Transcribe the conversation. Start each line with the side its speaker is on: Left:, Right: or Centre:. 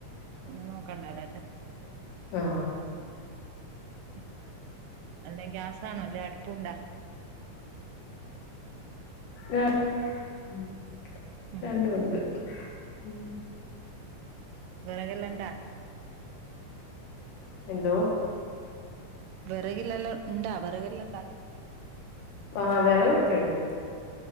Right: പിന്നെ നോക്കണ്ടല്ലത്
Left: ആ
Right: ആ അല്ല ഗ്യാസാണോ ല്ലേ അടുപ്പുണ്ടാ
Left: ര മ്
Right: ഉം
Left: രണ്ടൂണ്ട് മ്
Right: വിറകല്ലണ്ടാ
Left: എന്തോ
Right: വെറകില്ലല്ലൊ ഇണ്ടാ വെറകല്ലാണ്ട.
Left: ആ വെറകൊക്കെണ്ട്